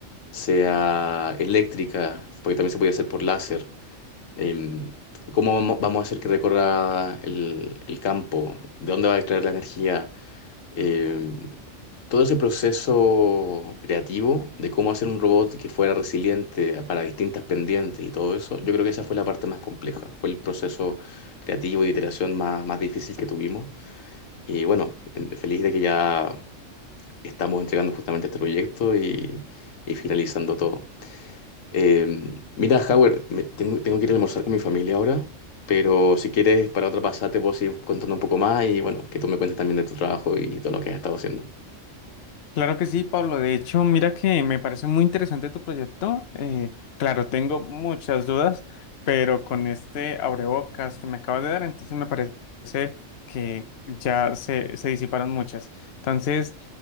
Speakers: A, on the left; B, on the left.
A: sea eléctrica, porque también se puede hacer por láser. Em, ¿cómo vamo- vamos a hacer que recorra el, el campo? ¿De dónde va a extraer la energía? Em, todo ese proceso creativo de cómo hacer un robot que fuera resiliente para distintas pendientes y todo eso, yo creo que esa fue la parte más compleja. Fue el proceso creativo y de iteración más, más difícil que tuvimos. Y bueno, en- feliz de que ya estamos entregando justamente este proyecto y, y finalizando todo. Eh, mira, Howard, me- tengo, tengo que ir a almorzar con mi familia ahora, pero si quieres, para otra pasada te puedo seguir contando un poco más y bueno, que tú me cuentes también de tu trabajo y todo lo que has estado haciendo.
B: Claro que sí, Pablo. De hecho, mira que me parece muy interesante tu proyecto. Eh, claro, tengo muchas dudas, pero con este abrebocas que me acabas de dar, entonces me parece que ya se, se disiparon muchas. Entonces,